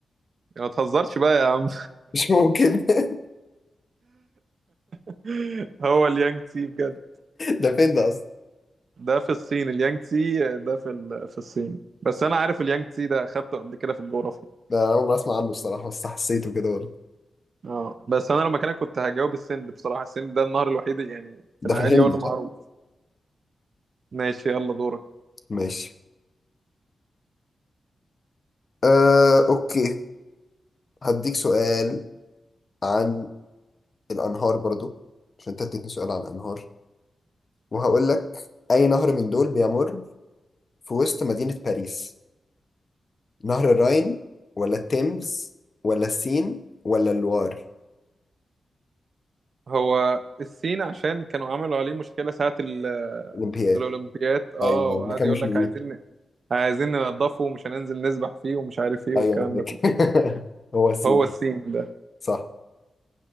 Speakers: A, on the right (about 65°); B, on the left (about 45°).
A: ما تهزرش بقى يا عم
B: مش ممكن <laughs>
A: <laughs> هو اليانجتسي بجد
B: ده فين ده اصلا
A: ده في الصين اليانج تسي ده في ال... في الصين بس انا عارف اليانج تسي ده اخدته قبل كده في الجغرافيا
B: ده انا اول ما اسمع عنه الصراحه بس حسيته كده برضه
A: اه بس انا لو مكانك كنت هجاوب السند بصراحه السند ده النهر الوحيد يعني
B: ده
A: في العادي
B: في الهند
A: ولا معروف
B: صح؟
A: ماشي يلا دورك
B: ماشي آه، اوكي هديك سؤال عن الانهار برضو عشان انت اديتني سؤال عن الانهار وهقول لك اي نهر من دول بيمر في وسط مدينه باريس نهر الراين ولا التيمز ولا السين ولا اللوار
A: هو الصين عشان كانوا عملوا عليه مشكله ساعه ال...
B: الامبياد
A: الاولمبياد اه
B: ايوه
A: وقعد
B: المكان
A: يقول
B: مش
A: لك
B: نظيف
A: عايزين عايزين ننضفه ومش هننزل نسبح فيه ومش عارف ايه
B: ايوه
A: والكلام
B: انا فاكر
A: ده كله
B: <laughs> هو السين
A: هو السين ده
B: صح